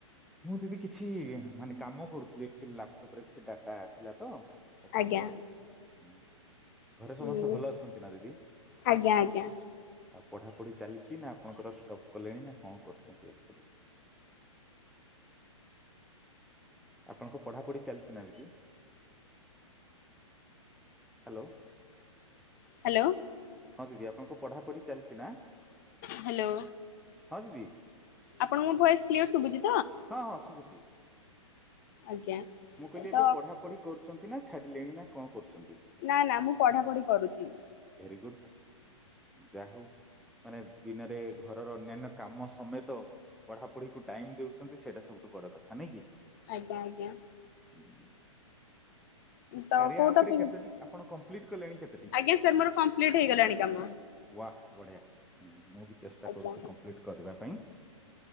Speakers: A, in the centre; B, on the left.
A: ମୁଁ ଜଦି କିଛି ମାନେ କାମ କରୁଥିଲି ଲାପଟପରେ କିଛି ଡାଟା ଥିଲା ତ। ତ
B: ଆଜ୍ଞା
A: କାମ କରୁଥିଲି ମୁଁ ହିଁ। ଘରେ
B: ଉଁ
A: ସମସ୍ତେ ଭଲ ଅଛନ୍ତି ନା ଦିଦି।
B: ଆଜ୍ଞା ଆଜ୍ଞା
A: ଆଉ ପଢାପଢି ଚାଲିଚି ନା ଆପଣଙ୍କର ଷ୍ଟପ୍ କଲେଣି ନା କଣ କରୁଛନ୍ତି ଏକ୍ସରେ। ଆପଣଙ୍କ ପଢାପଢି ଚାଲିଚି ନା ଦିଦି ହାଲୋ।
B: ହାଲୋ
A: ହଁ, ଦିଦି ଆପଣଙ୍କ ପଢାପଢି ଚାଲିଚି ନା?
B: ହାଲୋ
A: ହଁ, ଦିଦି।
B: ଆପଣଙ୍କ ଭଏସ୍ କ୍ଲିୟର ଶୁଭୁଚି।
A: ହଁ, ହଁ ଶୁଭୁଚି।
B: ଆଜ୍ଞା।
A: ମୁଁ କହିଲି ଏବେ
B: ତ
A: ପଢା ପଢି କରୁଚନ୍ତି ନା ଛାଡିଲେଣି ନା କଣ କରୁଚନ୍ତି?
B: ନା ନା ମୁଁ ପଢାପଢି କରୁଚି।
A: ଭେରିଗୁଡ୍ ଯାହା ହଉ। ମାନେ ଦିନରେ ଘରର ଅନ୍ୟାନ୍ୟ କାମ ସମେତ ପଢାପଢିକୁ ଟାଇମ୍ ଦଉଚନ୍ତି ସେଇଟା ସବୁଠୁ ବଡ କଥା ନାଇଁ କି?
B: ଆଜ୍ଞା ଆଜ୍ଞା।
A: <inaudible>
B: ତ
A: କାରିଆ
B: କୋଉ
A: ଆପରେ
B: ଟପିକ
A: କେତୋଟି ଆପଣ କମ୍ପ୍ଲିଟ କଲେଣି କେତୋଟି?
B: ଆଜ୍ଞା ସାର୍ ମୋର କମ୍ପ୍ଲିଟ ହେଇଗଲାଣି କାମ
A: ୱାହ ବଢଆ ମୁଁ ବି ଚେଷ୍ଟା
B: ଆଜ୍ଞା
A: କରୁଛି କମ୍ପ୍ଲିଟ କରିବା ପାଇଁ